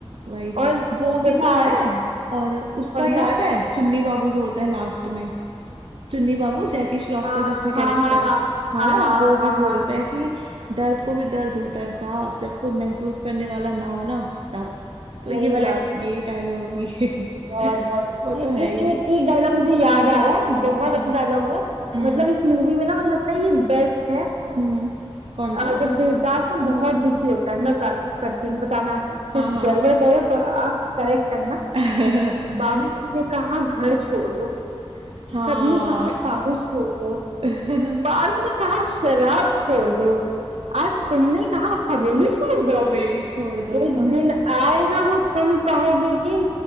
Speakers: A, on the right (about 65°); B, on the right (about 85°).
A: वही
B: और
A: वो
B: जैसा
A: भी तो है
B: आप-
A: और उसका
B: कौन
A: याद
B: सा
A: है चुन्नी बाबू जो होता है लास्ट में चुन्नी बाबू जैकी श्रॉफ
B: आ,
A: का जिसने कैरेक्टर
B: हाँ हाँ हाँ हाँ
A: हारा
B: हाँ
A: वो
B: हाँ
A: भी बोलता है
B: हाँ,
A: कि दर्द को भी दर्द होता है साहब जब कोई महसूस करने वाला ना हो ना तब तो ये
B: सही
A: वाला
B: बात है
A: ये डायलॉग भी
B: बहुत
A: <laughs>
B: बहुत
A: वो
B: एक
A: तो है
B: एक
A: ही
B: एक डायलॉग मुझे याद आ रहा है बहुत
A: हम्म
B: अच्छा डायलॉग है
A: हम्म
B: मतलब इस मूवी में ना मुझे लगता है ये बेस्ट है
A: हम्म कौन
B: अ,
A: सा
B: जब देवदास ना बहुत दुखी होता है मैं बात करती हूँ बताना कुछ
A: हाँ हाँ
B: गड़बड़ करो तो आप करेक्ट करना
A: <laughs>
B: बाबूजी ने कहा घर छोड़ दो
A: हाँ
B: सबने कहा पारो छोड़ दो
A: <laughs>
B: पारो ने कहा शराब छोड़ दो आज तुमने कहा हवेली छोड़ दो
A: हवेली छोड़ दो
B: एक
A: <laughs>
B: दिन आएगा वो तुम कहोगे कि